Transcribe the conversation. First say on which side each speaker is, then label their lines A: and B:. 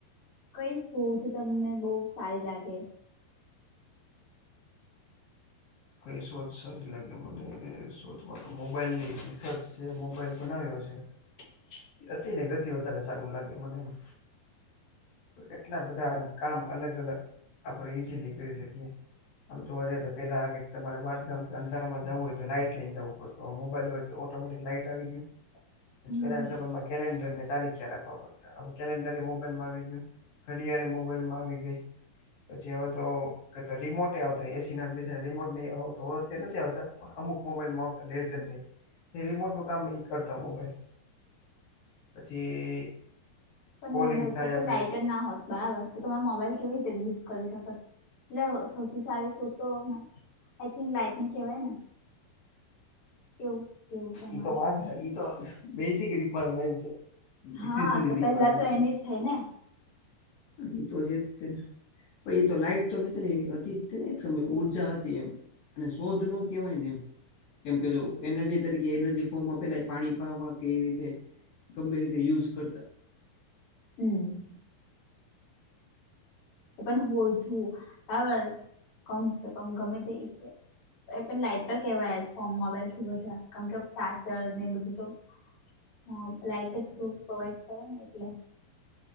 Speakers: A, on the left (about 35°); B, on the left (about 60°).
A: કઈ શોધ તમને બઉ સારી લાગે.
B: કઈ શોધ સારી લાગે મને શોધમાં તો મોબાઈલ ની રિસર્ચ છે મોબાઈલ બનાવ્યો છે.
A: <inaudible>
B: હતી ને ગતિ વધારે સારું લાગે મને એમ. કેટલા બધા એમ કામ અલગ અલગ આપણે ઈઝીલી કરી શકીએ. આમ જોવા જએ તો પેલા તમારે બાગ ગામ કે અંધારામાં જવું હોય તો લાઈટ લઇને જવું પડત. તો મોબાઈલ હોય તો ઓટોમેટિક લાઈટ આવી ગયો.
A: <inaudible>
B: પછી
A: હમ
B: પેલા ના સમય માં કેલેન્ડર ને તારીખ રાખવા પડતા હવે કેલેન્ડરે એ મોબાઈલમાં આવી ગયું. ઘડિયાડે મોબાઈલ માં આવી ગઈ પછી હવે તો. રિમોટ આવતા એસી ના બેસી રિમોટ ન આવતો હોય નથી આવતા પણ અમુક મોબાઈલમાં આવતા લેઝ નહી. તે રિમોટ નું કામ એ કરતા મોબાઈલ. પછી
A: પણ
B: કોલિંગ
A: મને એવું થાય કે
B: આપણે
A: લઇટર ના હોત. બરાબર તો તમે મોબાઈલ કેવી રીતે યુઝ કરી શકો એટલે સૌથી સારી શોધ તો આઈ થિંક લાઈટની કેવાય ને. કેવું કેવું તમારું
B: એતો વા એતો બેસિક રિક્વાયરમેન્ટ છે. નેસેસરી
A: હા તો
B: રિક્વાયરમેન્ટ
A: પેલા તો એનીજ થય ને.
B: એ તો છે જ તેને. પ એ તો લાઈટ તો નહી હતીને એક સમય ઉર્જા હતી એમ. અને શોધ નો કેવાય ને એમ. કેમ કે જો એનર્જી તરીકે એનર્જી ફોર્મમાં પેલા પાણી પાવા કેવી રીતે. ગમે રીતે યુઝ કરતા.
A: હમ્મ તો પણ હોય <unintelligible> કમ ગમે તે. એ પણ લાઈટ તો કેવાય ફો મોબાઈલ થી બધા કેમ કે ચાર્જર ને બધું તો. હ લાઇટ જ તું પ્રોવાડ કરે ને એટલે.